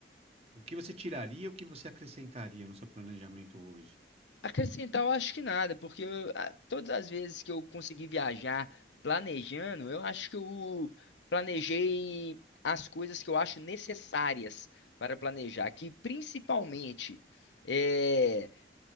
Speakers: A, on the right; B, on the left.
A: o que você tiraria e o que você acrescentaria no seu planejamento hoje?
B: Acrescentar, eu acho que nada, porque eu- a- todas as vezes que eu consegui viajar planejando, eu acho que eu planejei as coisas que eu acho necessárias para planejar, que principalmente é